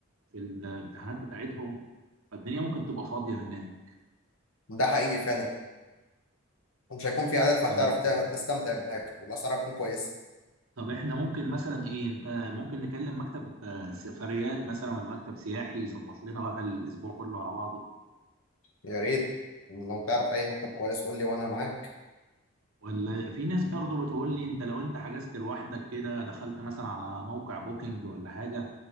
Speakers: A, on the right; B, on the left.
A: في الامتحانات بتاعتهم فالدنيا ممكن تبقى فاضية هناك
B: ده حقيقي فعلا ومش هيكون في عدد فهتعرف
A: آه،
B: تع- تستمتع بالحاجة والأسعار هتكون كويسة
A: طب احنا ممكن مثلا ايه انت ممكن نكلم مكتب آه، سفريات مثلا ولا مكتب سياحي يظبط لنا بقى الاسبوع كله على بعضه
B: يا ريت لو تعرف أي مكتب كويس قول لي وأنا معاك
A: ولا في ناس برضو بتقول لي انت لو انت حجزت لوحدك كده دخلت مثلا على موقع بوكينج ولا حاجة